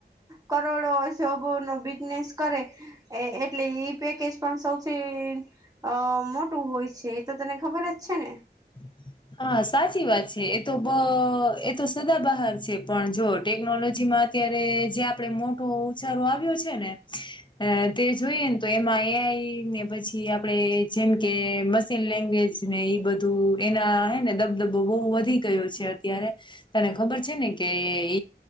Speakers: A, on the right; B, on the left.
A: કરોડો નો <unintelligible> બિઝનેસ કરે એટલે એ પેકેજ પણ સૌથી અ મોટું હોય છે એ તો તને ખબર જ છે ને
B: <inaudible> હા સાચી વાત છે એ તો બ એ તો સદા બહાર છે પણ જો ટેકનોલોજી માં અત્યારે જે આપડે મોટો ઉચારો આવ્યો છે ને અ તે જોઈએ ને તો એમાં એઆઈ ને પછી આપડે જેમ કે મશીન લેંગ્વેજ ને એઈ બધું એના હે ને દબદબો બહુ વધી ગયો છે અત્યારે તને ખબર છે ને કે <unintelligible>